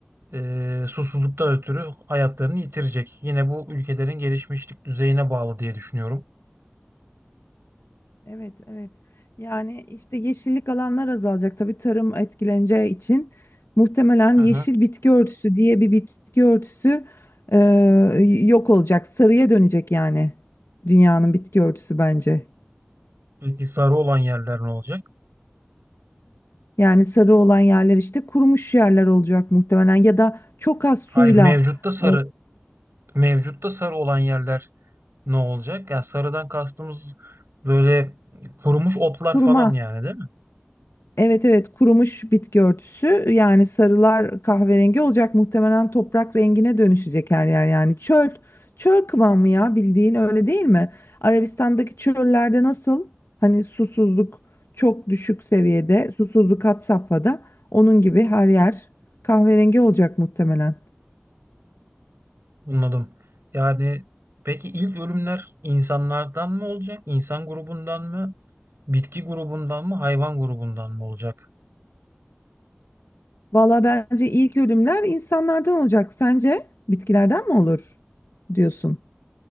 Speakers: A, on the right (about 65°); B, on the left (about 80°).
A: e, susuzluktan ötürü hayatlarını yitirecek. Yine bu ülkelerin gelişmişlik düzeyine bağlı diye düşünüyorum.
B: Evet, evet. Yani işte yeşillik alanlar azalacak. Tabii tarım etkileneceği için muhtemelen
A: Hı
B: yeşil
A: hı.
B: bitki örtüsü diye bir bitki örtüsü e, yok olacak. Sarıya dönecek yani dünyanın bitki örtüsü bence.
A: Peki sarı olan yerler ne olacak?
B: Yani sarı olan yerler işte kurumuş yerler olacak muhtemelen ya da çok az suyla
A: Hayır, mevcutta sarı,
B: e,
A: mevcutta sarı olan yerler ne olacak? Yani sarıdan kastımız böyle kurumuş otlar
B: kuruma
A: falan yani değil mi?
B: Evet evet kurumuş bitki örtüsü yani sarılar kahverengi olacak muhtemelen toprak rengine dönüşecek her yer yani çöl çöl kıvamı ya bildiğin öyle değil mi? Arabistan'daki çöllerde nasıl hani susuzluk çok düşük seviyede susuzluk had safhada onun gibi her yer kahverengi olacak muhtemelen.
A: Anladım. Yani peki ilk ölümler insanlardan mı olacak? İnsan grubundan mı? Bitki grubundan mı? Hayvan grubundan mı olacak?
B: Valla bence ilk ölümler insanlardan olacak sence bitkilerden mi olur diyorsun?